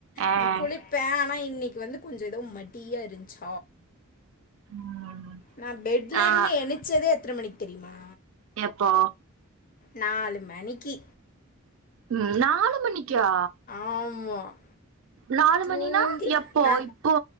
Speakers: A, on the right; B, on the left.
A: ஆஹ்
B: நான் குளிப்பேன் ஆனா இன்னைக்கு வந்து கொஞ்சம் ஏதோ மடியா இருந்துச்சு
A: உம்
B: நான் பெட்ல
A: ஆஹ்
B: இருந்து ஏணைச்சதே எத்தனை மணிக்கு தெரியுமா
A: எப்போ
B: நாலு மணிக்கு
A: உம் நாலு மணி க்கா
B: ஆமாம்
A: நாலு
B: தூங்கி
A: மணினா எப்போ
B: நா
A: இப்போ